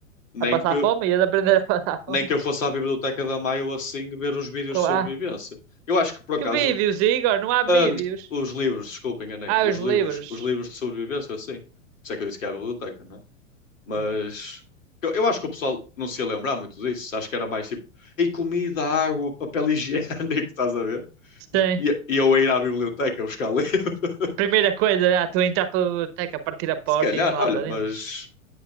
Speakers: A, on the left; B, on the right.
A: nem
B: a passar
A: que,
B: fome e a aprender a passar fome.
A: nem que eu fosse à biblioteca da Maio assim ver os vídeos
B: Com-
A: de sobrevivência.
B: Ah,
A: Eu acho que por acaso.
B: que vídeos, Igor? Não há vídeos.
A: ah, os livros, desculpem, enganei-me.
B: Há
A: Os
B: os
A: livros,
B: livros.
A: os livros de sobrevivência, assim. Por isso é que eu disse que é a biblioteca, né? Mas.
B: Hum.
A: Eu, eu acho que o pessoal não se ia lembrar muito disso. Acho que era mais tipo. E comida, água, papel higiênico, <laughs> estás a ver?
B: Sim.
A: E, e eu a ir à biblioteca buscar livro. <laughs>
B: A primeira coisa, ah, tu entrar pela biblioteca, partir a
A: Se
B: porta
A: calhar,
B: e entrar
A: olha,
B: lá para
A: mas.
B: dentro.